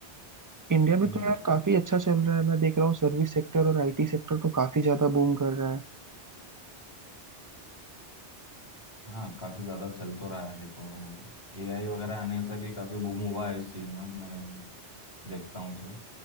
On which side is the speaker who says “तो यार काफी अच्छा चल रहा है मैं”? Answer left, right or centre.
Right